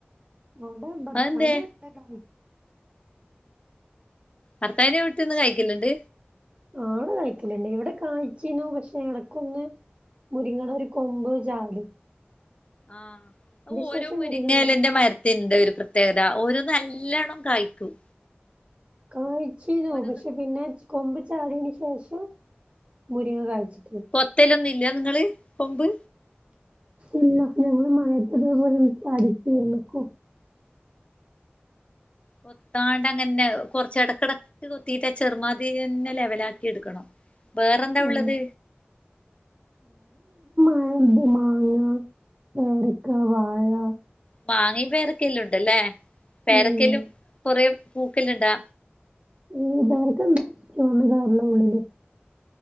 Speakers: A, on the right (about 30°); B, on the left (about 30°).
A: അവിടെ ഭർത്താവിന്റെ
B: അതെന്തേ
A: വീട്ടിലെ കായി
B: ഭർത്താവിന്റെ വീട്ടീന്ന് കായിക്കുന്നുണ്ട്
A: ആടെ കഴിക്കലുണ്ട് ഇവിടെ കായ്ചിനു പക്ഷെ എടക്കൊന്ന് മുരിങ്ങേടെ ഒരു കൊമ്പ് ജാടി
B: ആഹ് ഓരോ
A: ശേഷം
B: മുരിങ്ങേലെന്റെ
A: മുരിങ്ങ
B: മര് തിന്റെ ഒരു പ്രത്യേകത ഒരു നല്ലവണ്ണം കായ്ക്കും
A: കായ്യ്ച്ചിനു
B: ഓരോന്ന്
A: പക്ഷെ പിന്നെ കൊമ്പ് ചാടിയെന് ശേഷം മുരിങ്ങ കായ്ച്ചി
B: കൊത്തലൊന്നും ഇല്യ നിങ്ങള് കൊമ്പ്
A: ഇല്ല ഞങ്ങള് മയത്തിതുപോലെ സാധിക്കുകയില്ല കൊ
B: കൊത്താണ്ട് അങ്ങനെ കൊർച്ച് എടക്ക്ടക്ക് കൊത്തിറ്റ് ചെറുമാതിരി ന്നെ ലെവലാക്കിട്ക്കണം ബേറെന്താ ഉള്ളത്
A: ആഹ് അൺണ്ടിമാങ്ങാ പേരക്ക വാഴ
B: മാങ്ങയും പേരക്കെല്ലേണ്ട്ല്ലേ പേരക്കേലും
A: ഉം
B: കൊറേ പൂക്കല്ണ്ടാ
A: ഉം പേരക്കണ്ട എന്ത് കളർലാ ഉള്ളില്